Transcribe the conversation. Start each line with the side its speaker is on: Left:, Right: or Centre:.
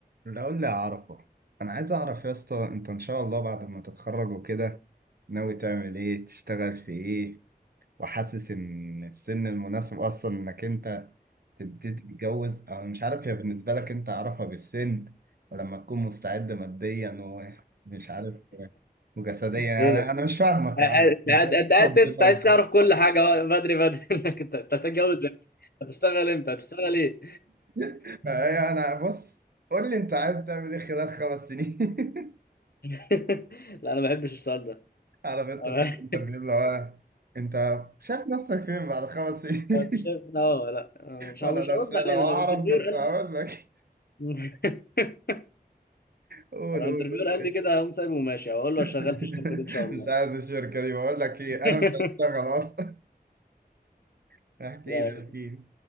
Right: لو اللي أعرفه أنا عايز أعرف يا اسطى أنت إن شاء الله بعد ما تتخرج وكده ناوي تعمل إيه تشتغل في إيه وحاسس إن السن المناسب أصلا إنك أنت تبتدي تتجوز أو مش عارف هي بالنسبة لك أنت أعرفها بالسن ولما تكون مستعد ماديا ومش عارف وجسديا يعني
Left: ليه؟
Right: أنا مش فاهمك
Left: انت
Right: يا عم أنت
Left: قاعد
Right: ليه
Left: أنت قاعد
Right: تفضيلات
Left: تس- أنت عايز تعرف كل حاجه بقى بدري بدري <laughs> انك انت أنت هتتجوز امتى؟ هتشتغل امتى؟ هتشتغل ايه؟
Right: <laughs> أنا بص قول لي أنت عايز تعمل إيه خلال خمس سنين <laughs>
Left: <laughs> لا انا ما بحبش السؤال ده
Right: عارف انت
Left: <laughs>
Right: ساعة الانترفيو اللي هو انت شايف نفسك فين بعد خمس سنين
Left: انت شايف
Right: <laughs>
Left: إن هو لا مش
Right: وانا
Left: ه- مش
Right: لو
Left: هرد علينا
Right: لو
Left: لو
Right: اعرف
Left: انترفيور
Right: كنت
Left: قال
Right: هقول لك
Left: <laughs>
Right: قول
Left: لو
Right: قول
Left: انترفيور
Right: قول
Left: قال لي كده هقوم سايبه وماشي هقول له
Right: <laughs>
Left: شغال في الشركه دي ان شاء الله
Right: مش عايز الشركة دي بقول لك ايه
Left: <laughs>
Right: انا مش هشتغل اصلا <laughs> احكي
Left: لا
Right: لي احكي لي